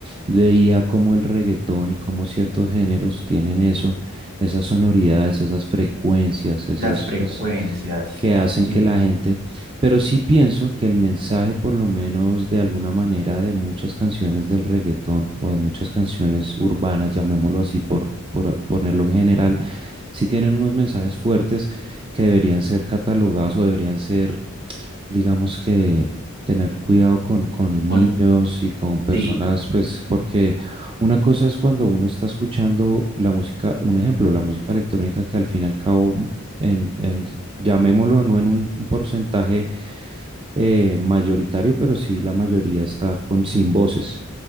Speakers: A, on the right; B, on the right.
A: veía cómo el reggaetón y cómo ciertos géneros tienen eso, esas sonoridades, esas frecuencias, esos,
B: Las frecuencias,
A: es- que hacen
B: sí,
A: que la gente, pero sí pienso que el mensaje, por lo menos de alguna manera, de muchas canciones del reggaetón o de muchas canciones urbanas, llamémoslo así por, por ponerlo en general, sí tienen unos mensajes fuertes que deberían ser catalogados o deberían ser digamos que tener cuidado con, con niños
B: pone-
A: y con personas,
B: sí,
A: pues porque una cosa es cuando uno está escuchando la música, un ejemplo, la música electrónica que al fin y al cabo, en, en- llamémoslo no en un un porcentaje eh, mayoritario, pero sí la mayoría está con sin voces.